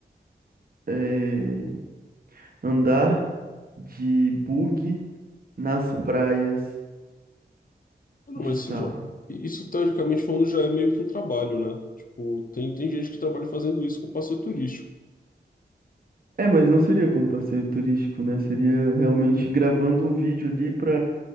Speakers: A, on the right; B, on the left.
A: eh, Andar de bug nas praias
B: Ah, Não,
A: de
B: mas
A: sal.
B: isso já. Isso, teoricamente falando, já é meio que um trabalho, né? Tipo, tem, tem gente que trabalha fazendo isso com passeio turístico.
A: É, mas não seria com passeio turístico, né? Seria realmente gravando um vídeo ali pra